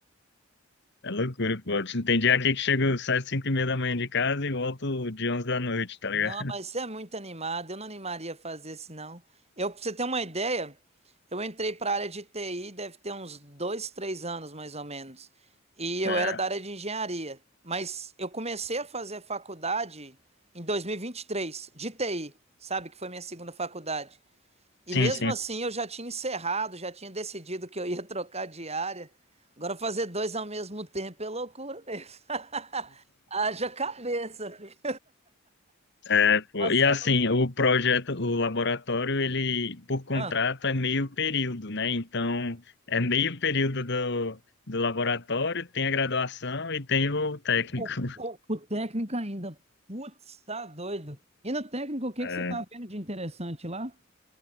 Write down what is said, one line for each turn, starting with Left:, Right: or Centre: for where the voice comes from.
Left: É loucura, pô. Tem tem dia aqui que chego, saio às 5 e meia da manhã de casa e volto de onze da noite, tá ligado?
Right: Não, mas
Left: <laughs>
Right: você é muito animado. Eu não animaria a fazer isso, não. Eu, pra você ter uma ideia, eu entrei para a área de TI, deve ter uns dois, três anos, mais ou menos. E eu
Left: Ah,
Right: era da área de engenharia. Mas eu comecei a fazer faculdade em 2023, de TI, sabe? Que foi minha segunda faculdade. E
Left: sim,
Right: mesmo
Left: sim.
Right: assim, eu já tinha encerrado, já tinha decidido que eu ia trocar de área. Agora, fazer dois ao mesmo tempo é loucura mesmo. <laughs> Haja cabeça, filho.
Left: É, Pô,
Right: Nossa,
Left: E assim, o projeto, o laboratório, ele, por contrato,
Right: eu-
Left: é meio período, né? Então, é meio período do, do laboratório, tem a graduação e tem o técnico.
Right: O,
Left: <laughs>
Right: o, o técnico ainda. Putz, tá doido. E no técnico, o que
Left: É.
Right: que você tá vendo de interessante lá?